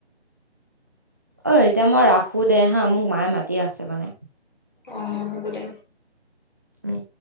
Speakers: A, on the right; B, on the left.
A: অই এতিয়া মই ৰাখো দে হা মোক মায়ে মাতি আছে মানে।
B: অঁ হ'ব দে।
A: উম।